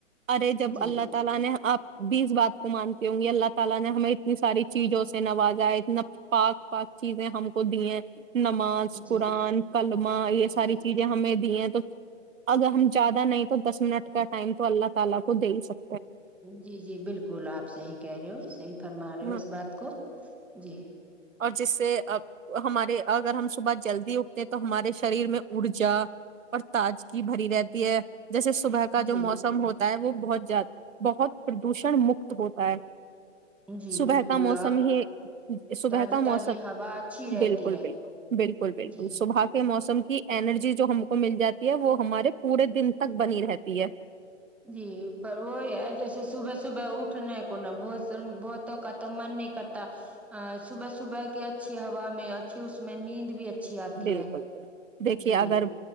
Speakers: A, on the right (about 80°); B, in the centre.
A: ارے جب
B: جی
A: اللہ تعالی نے اپ بیس بات کو مانتی ہوں گی اللہ تالی نے ہمیں اتنی ساری چیزوں سے نوازاے اتنا پاک پاک چیزیں ہم کو دی ہیں نماز
B: جی
A: قرآن کلمہ یہ
B: جی
A: ساری چیز دی تو اگر ہم زیادہ نہیں تو دس منٹ کا ٹایم تو اللہ تعالی کو دے ہی سکتے
B: جی جی بالکل اپ صحیح کہہ رہے ہو صحی فرما
A: ہیں
B: رہے ہو اس بات کو جی
A: اور جس سے اب ہمارے اگر ہم صبح جلدی اٹھتے ہیں تو ہمارے شریر میں ارجا اور تجگی بھری رہتی ہے جیسے صبح کا جو
B: جی
A: موسم ہوتا وہ بہت بہت پردوشن مکت ہوتا ہے
B: جی
A: صبح
B: بالکل
A: کا موسم ہی صبح
B: تازی
A: کا
B: تازی
A: موسم
B: ہوا اچھی رہتی
A: بالکل
B: ہے
A: بالکل بالکل بالکل
B: جی
A: صبح کے موسم کی ارجی جو ہم کو مل جاتی ہے وہ ہمارے پورے دن تک بنی رہتی ہے
B: جی پر وہی ہے جیسے صبح صبح اٹھنے کو نہ بہت بہتوں کا تو من نہیں کرتا ا صبح صبح کی اچھی ہوا میں اچھی اس میں نیند بھی اچھی آتی
A: بالکل
B: ہے
A: بالکل دیکھیے
B: جی
A: اگر